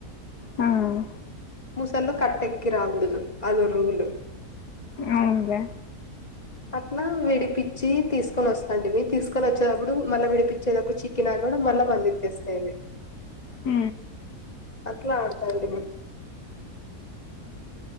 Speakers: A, on the left; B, on the left.
A: హ్మ్
B: ముసల్లు కట్టెక్కి రాగూడదు అదో రూల్
A: అవున్లే
B: <inaudible> అట్లా విడిపిచ్చి తీసుకొని వస్తాంటిమీ తీసుకొని వచ్చేటప్పుడు మళ్ళీ విడిపించేటప్పుడు చిక్కినారు కూడా మళ్ళా బంధిచ్చేస్తాయి అవి
A: ఉ
B: అట్లా ఆడతంటిమీ